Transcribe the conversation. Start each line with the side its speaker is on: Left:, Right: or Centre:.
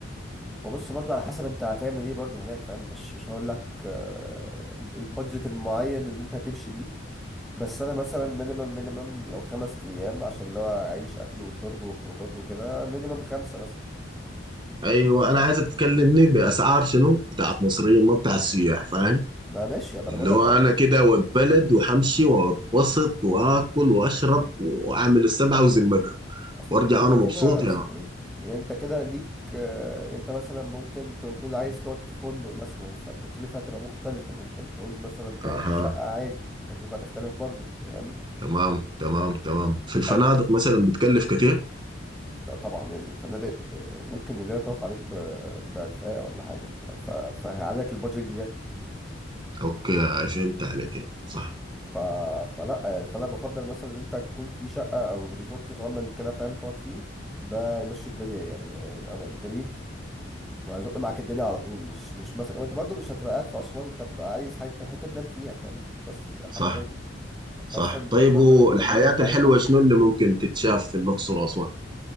Centre: وبص برضو على حسب انت هتعمل ايه برضو هناك فاهم مش مش هقول لك آه، البادجت المعين اللي انت هتمشي بيه بس انا مثلا مينيمم مينيمم لو خمس ايام عشان اللي هو اعيش اكل وشرب وخروجات وكده مينيمم خمسة مثلا
Right: أيوة أنا عايزك تكلمني بأسعار شنو؟ بتاعت مصريين ما بتاعت سياح فاهم؟
Centre: ما ماشي ما
Right: اللي
Centre: انا بقول لك
Right: هو
Centre: اه
Right: انا
Centre: يعني
Right: كده واتبلد وهمشي واتبسط واكل واشرب واعمل السبعه وذمتها
Centre: اصل
Right: وارجع
Centre: انت كده
Right: انا
Centre: كده
Right: مبسوط يا
Centre: اسمه
Right: مان
Centre: ايه يعني انت كده ليك آه، يعني انت مثلا ممكن تكون عايز تقعد في فندق مثلا فالتكلفة هتبقى مختلفة ممكن تعوز مثلا تقعد
Right: اها
Centre: في شقة عادي فالتكلفة هتختلف برضو فاهم
Right: تمام تمام تمام في الفنادق
Centre: اكل
Right: مثلا بتكلف كتير
Centre: لا طبعا يا ابني الفنادق آه، ممكن الليلة تقف عليك ب 2000 ولا حاجة ف- فهيعلي لك البادجت
Right: اوكي فهمت عليك يا مان. صح
Centre: ف... فلا يعني فانا بفضل مثلا ان انت تكون في شقه او ريزورت صغنن كده فاهم تقعد فيه ده يمشي الدنيا يعني هيبقى م- جميل وهيزق معاك الدنيا على طول مش مش مثلا وانت برضو مش هتبقى قاعد في اسوان انت هتبقى عايز حته حته تنام فيها فاهم بس حرفيا
Right: صح
Centre: <laughs> انت
Right: صح
Centre: اصلا من
Right: طيب
Centre: كتر ما
Right: هو
Centre: البلد جميله
Right: الحياه
Centre: انت
Right: الحلوه
Centre: عايز تقعد فيها
Right: شنو اللي ممكن تتشاف في الاقصر واسوان